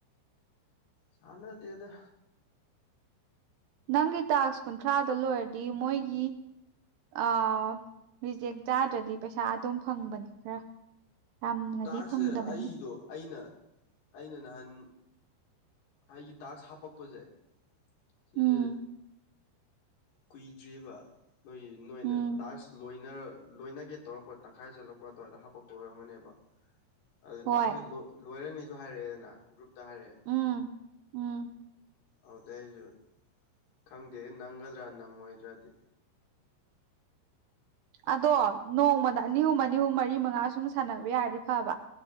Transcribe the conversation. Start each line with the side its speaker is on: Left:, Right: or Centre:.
Left: ꯁꯥꯟꯅꯗ‌ꯦꯗ
Right: ꯅꯪꯒꯤ ꯇꯥꯛꯁ ꯀꯨꯟꯊ꯭ꯔꯥꯗ‌ꯣ ꯂꯣꯏꯔꯗꯤ ꯃꯣꯏꯒꯤ ꯑ ꯔꯤꯖꯦꯛ ꯆꯥꯗ꯭ꯔꯗꯤ ꯄꯩꯁꯥ ꯑꯗꯨꯝ ꯐꯪꯕꯅꯤ ꯈꯔ ꯌꯥꯝꯅꯗꯤ
Left: ꯇꯥꯛꯁ
Right: ꯐꯪꯗꯕꯅꯤ
Left: ꯁꯦ ꯑꯩꯗꯣ ꯑꯩꯅ ꯑꯩꯅ ꯅꯍꯥꯟ ꯑꯩꯒꯤ ꯇꯥꯛꯁ ꯍꯥꯞꯄꯛꯄꯖ‌ꯦ ꯁꯤꯖ‌‌ꯦ
Right: ꯎꯝ
Left: ꯀꯨꯏꯗ꯭ꯔꯤꯕ ꯅꯣꯏꯒꯤ ꯅꯣꯏꯅ
Right: ꯎꯝ
Left: ꯇꯥꯛꯁ ꯂꯣꯏꯅꯔ ꯂꯣꯏꯅꯒꯦ ꯇꯧꯔꯛꯄ ꯇꯪꯈꯥꯏ ꯆꯠꯂꯛꯄ ꯑꯗꯨꯋꯥꯏꯗ ꯍꯥꯞꯄꯛꯄ ꯑꯣꯏꯔꯝꯒꯅꯦꯕ ꯑꯗꯨ
Right: ꯍꯣꯏ
Left: ꯇꯥꯛꯁ ꯁꯤ ꯂ‌ꯣ ꯂꯣꯏꯔꯅꯤꯁꯨ ꯍꯥꯏꯔꯛꯑꯦꯗꯅ ꯒ꯭ꯔꯨꯞꯇ ꯍꯥꯏꯔꯛꯑꯦ
Right: ꯎꯝ ꯎꯝ
Left: ꯑꯗꯨꯗꯩ ꯑꯩꯖꯨ ꯈꯪꯗꯦ ꯅꯪꯒꯗ꯭ꯔꯥ ꯅꯪꯉꯣꯏꯗ꯭ꯔꯗꯤ
Right: ꯑꯗꯣ ꯅꯣꯡꯃꯗ ꯑꯅꯤ ꯑꯍꯨꯝ ꯑꯅꯤ ꯑꯍꯨꯝ ꯃꯔꯤ ꯃꯉꯥ ꯁꯨꯝ ꯁꯥꯟꯅꯕ ꯌꯥꯔꯗꯤ ꯐꯕ